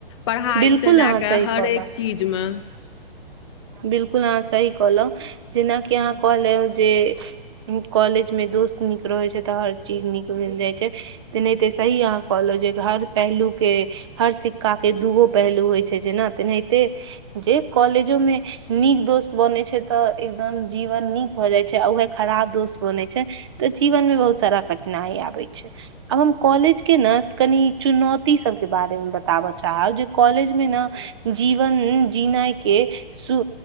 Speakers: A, on the left; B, on the right.
A: पढ़ाइसँ
B: बिल्कुल अहाँ
A: लए कऽ
B: सही
A: हरेक
B: कहलहुँ
A: चीजमे
B: बिल्कुल अहाँ सही कहलहुँ जेनाकि अहाँ कहलेहु जे कॉलेज में दोस्त नीक रहे छै तऽ हर चीज निक मिल जाय छै ते नहि ते सही अह कॉलेज जे हर पहलू के हर सिका के दूगो पहलू होइ छै जेना तेनाहिते कॉलेज जो में नीक दोस्त बने छै तऽ एकदम जीवन नीक भऽ जाय छै आ उएह खराब दोस्त बन तऽ जीवन मे बहुत सारा कठिनाइ आबै छै आब हम कॉलेज के ने कनि चु चुनौती सबके बारे मे बताबऽ चाहब जे कॉलेज मे ने जीवन जीनाय के सु